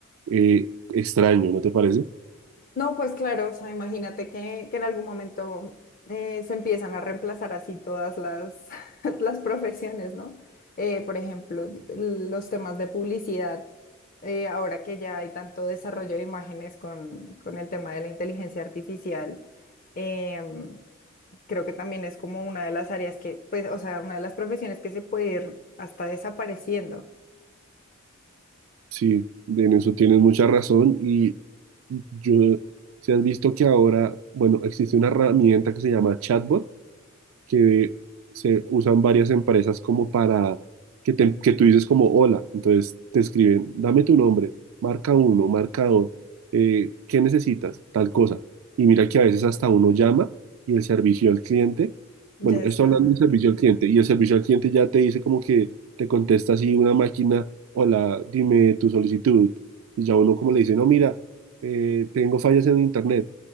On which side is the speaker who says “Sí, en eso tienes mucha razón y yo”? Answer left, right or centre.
Right